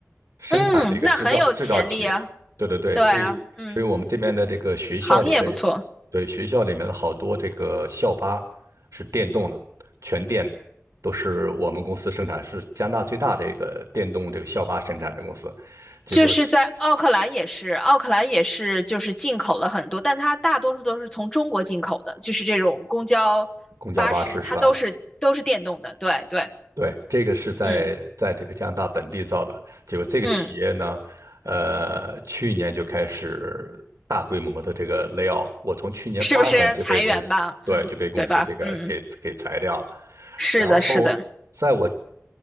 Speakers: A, on the right; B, on the left.
A: 生产的一个制造制造企业。
B: 嗯，那很有潜力啊。
A: 对对对，
B: 对啊，
A: 所以所以我们这边的这个学校里的，
B: 嗯，行业不错，
A: 对学校里面的好多这个校巴是电动的，全电的都是我们公司生产，是加拿大最大的一个电动这个校巴生产的公司。结果
B: 就是在奥克兰也是，奥克兰也是就是进口了很多，但它大多数都是从中国进口的，就是这种公交、
A: 公交巴士是吧？
B: 巴士，它都是都是电动的。对对，
A: 对，这个是在在这个加拿大本地造的，
B: 嗯
A: 结果这个企业呢，
B: 嗯，
A: 呃，去年就开始大规模的这个 lay off，我从去年八月份就被公司，
B: 是不是裁员吧？
A: 对，
B: 嗯，
A: 就被公司这个给给裁掉了，
B: 对吧？嗯，是的，
A: 然后在我
B: 是的，